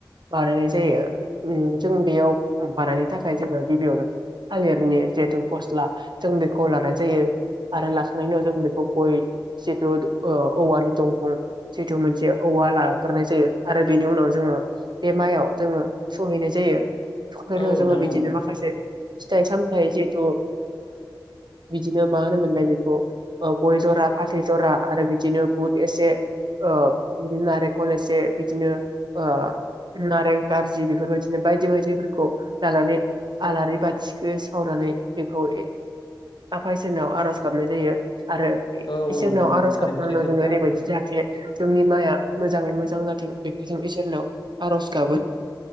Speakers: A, on the right; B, on the left.
A: बानायनाय जायो जों बेयाव बानायनो थाखाय जोङो गिबियावनो थालिरनि जिहेथु। फस्ला जों बेखौ लानाय जायो। आरो लाखांनायनि उनाव जों बेखौ गय जिथु औवानि दंफां जिथु मोनसे औ। औवा लाग्रोनाय जायो आरो बेनि उनाव जोङो बे माइयाव जोङो सहैनाय जायो। बिनि
B: औ
A: उनाव
B: नोंथां
A: जोङो बिदिनो
B: औ
A: माखासे फिथाइ सामथाय जिहेथु। बिदिनो मा होनोमोनलाय बेखौ गय जरा फाथै जरा आरो बिदिनो बुट एसे। ओ बिदिनो नारेंखल एसे बिदिनो ओ नारें खारजि बेफोरबायदिनो बायदि बायदिफोरखौ लानानै आलारि बाथिखौ सावनानै। बेखौ आफा इसोरनाव आर'ज गाबनाय जायो। आरो
B: औ औ
A: इसोरनाव
B: नोंथां औ
A: आर'ज
B: थारैनो
A: गाबखांनानै
B: सैथो
A: जोङो
B: खोथा
A: ओरैबायदि जाहाथे। जोंनि माइआ मोजाङै मोजां जाथों बेखौ जों इसोरनियाव आर'ज गाबो।